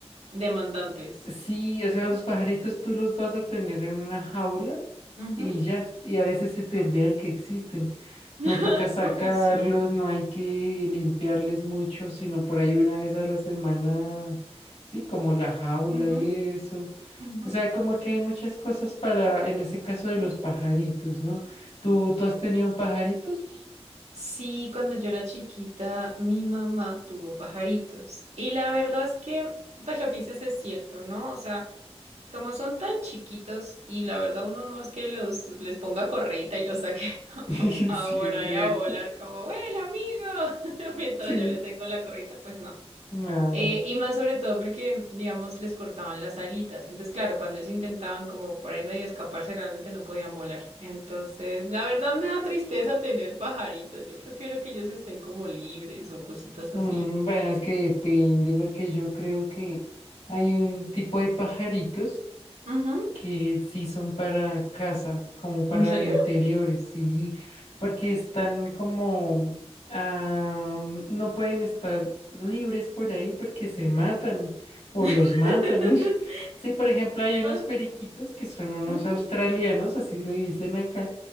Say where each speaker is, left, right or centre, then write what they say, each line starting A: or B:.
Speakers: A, on the right; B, on the left.
A: Demandantes.
B: Sí, o sea,
A: sí
B: los pajaritos tú los vas a tener en una jaula
A: Ujú.
B: y ya, y a veces se te olvidan que existen.
A: <laughs>
B: No
A: Ay,
B: toca sacarlos,
A: pobrecito.
B: no hay que limpiarles mucho, sino por ahí una vez a la semana, sí, como la jaula
A: Ujú,
B: y eso.
A: ujú.
B: O sea, como que hay muchas cosas para, en ese caso de los pajaritos, ¿no? ¿Tú, tú has tenido pajaritos?
A: Sí, cuando yo era chiquita, mi mamá tuvo pajaritos. Y la verdad es que, pues lo que dices es cierto, ¿no? O sea, como son tan chiquitos y la verdad uno no es que los les ponga correita y los saque <laughs>
B: <laughs> Sí,
A: ahora
B: es cierto.
A: y a volar como, ¡Vuela, amigo! <laughs> Mientras
B: Sí.
A: yo le tengo la correita, pues no.
B: No.
A: Eh, y más sobre todo porque, digamos, les cortaban las alitas. Entonces, claro, cuando ellos intentaban como por ahí medio escaparse, realmente no podían volar. Entonces, la verdad me da tristeza tener pajaritos. Yo prefiero que ellos estén como libres o cositas
B: Mm,
A: así.
B: Bueno, es que depende, porque yo creo que hay un tipo de pajaritos
A: Ujú.
B: que sí son para casa, como para
A: ¿En serio?
B: interiores, sí, porque están como, ah, no pueden estar libres por ahí porque se matan o los
A: <laughs>
B: matan. <laughs> Sí, por ejemplo, hay unos periquitos
A: Ah,
B: que son unos
A: ujú,
B: australianos, así le dicen acá